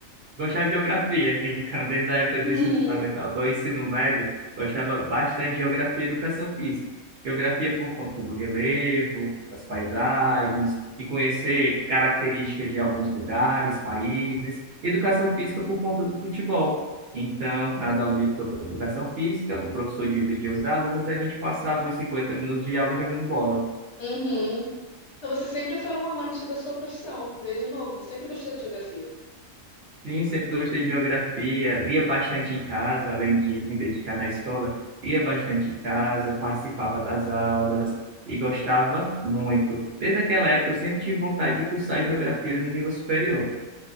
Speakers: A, on the right (about 60°); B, on the left (about 60°).
A: Gostava de geografia, <laughs> então, desde a época
B: <laughs>
A: do ensino fundamental 2, ensino médio, gostava bastante de geografia e educação física. Geografia por conta do relevo, das paisagens, e conhecer características de alguns lugares, países. Educação física por conta do futebol. Então, nas aulas de edu- educação física, o professor dividia os alunos e a gente passava os 50 minutos de aula jogando bola.
B: Uhum. Então você sempre foi um amante da sua profissão, desde novo. Sempre gostou de geografia.
A: Sim, sempre gostei de geografia, lia bastante em casa, além de me dedicar na escola, lia bastante em casa, participava das aulas e gostava muito. Desde aquela época eu sempre tive vontade de cursar geografia no nível superior,